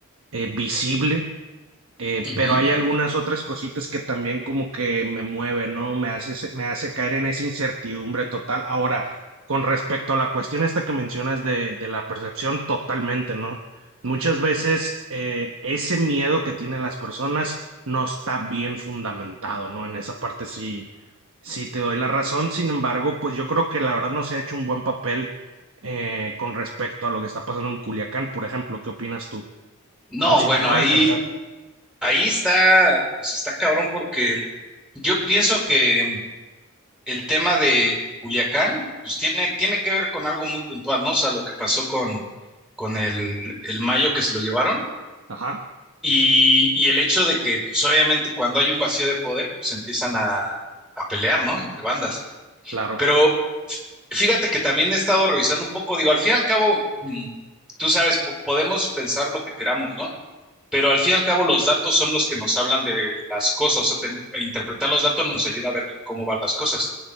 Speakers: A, on the right (about 65°); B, in the centre.
A: eh, visible eh,
B: Ujú.
A: pero hay algunas otras cositas que también como que me mueve, ¿no? Me hace, se- me hace caer en esa incertidumbre total. Ahora, con respecto a la cuestión esta que mencionas de, de la percepción, totalmente, ¿no? Muchas veces eh, ese miedo que tienen las personas no está bien fundamentado, ¿no? En esa parte sí, sí te doy la razón. Sin embargo, pues yo creo que la verdad no se ha hecho un buen papel eh, con respecto a lo que está pasando en Culiacán, por ejemplo. ¿Qué opinas tú?
B: No,
A: En Sinaloa
B: bueno, ahí,
A: en general.
B: ahí está, pues está cabrón porque yo pienso que el tema de Culiacán, pues tiene, tiene que ver con algo muy puntual, ¿no? O sea, lo que pasó con, con el, el Mayo que se lo llevaron
A: Ajá.
B: y, y el hecho de que, pues obviamente cuando hay un vacío de poder, pues empiezan a, a pelear, ¿no? Entre bandas.
A: Claro,
B: Pero Fíjate que también he estado revisando un poco, digo, al fin y al cabo, mm, tú sabes, po- podemos pensar lo que queramos, ¿no? Pero al fin y al cabo los datos son los que nos hablan de las cosas, o sea, ten- e interpretar los datos nos ayuda a ver cómo van las cosas.